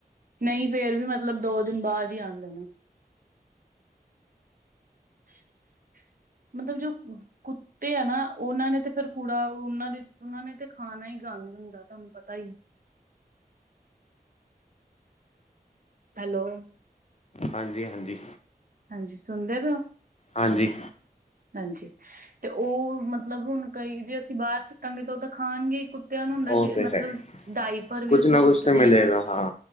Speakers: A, on the right; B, on the left.
A: ਨਹੀਂ ਫੇਰ ਵੀ ਮਤਲਬ, ਦੋ ਦਿਨ ਬਾਅਦ ਈ ਆਂਦੇ ਨੇ। <inaudible> ਮਤਲਬ ਜੋ ਕੁੱਤੇ ਆ ਨਾ। ਉਹਨਾਂ ਨੇ ਤੇ ਫੇਰ ਕੂੜਾ, ਉਹਨਾ ਦੇ ਉਹਨਾਂ ਨੇ ਤੇ ਖਾਣਾ ਈ ਗੰਦ ਹੁੰਦਾ ਵਾਂ। ਤਾਨੂੰ ਪਤਾ ਈ ਐ। ਹੈਲੋ।
B: ਹਾਂਜੀ-ਹਾਂਜੀ।
A: ਹਾਂਜੀ। ਸੁਣਦੇ ਪਏ ਓ?
B: ਹਾਂਜੀ।
A: ਹਾਂਜੀ ਤੇ ਉਹ ਮਤਲਬ ਹੁਣ ਕਈ ਜੇ, ਅਸੀਂ ਬਾਹਰ ਸੁਟਾਂਗੇ 'ਤਾਂ। ਉਹ ਤਾਂ ਖਾਣਗੇ ਕੁ ਕੁਤਿਆਂ ਨੂੰ ਹੁੰਦਾ,
B: ਉਹ
A: ਜੇ
B: ਤੇ
A: ਮਤਲਬ,
B: ਹੈ ਹੀ
A: ਡਾਇਪਰ
B: ਕੁਛ
A: ਵੀ ਅਸੀਂ
B: ਨਾ ਕੁਛ
A: ਸੁੱਟਦੇ
B: ਤਾਂ ਮਿਲੇਗਾ
A: ਆ
B: ਹਾਂ